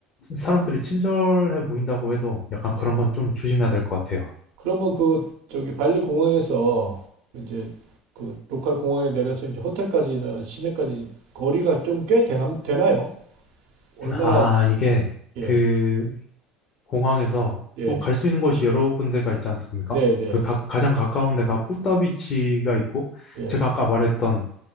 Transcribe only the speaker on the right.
예.
그러면 그 저기 발리 공항에서 이제 그 로컬 공항에 내려서 이제 호텔까지는 시내까지 거리가 좀 꽤 되나, 되나요? 얼마나
오지?
예,
예,
네, 네,
예,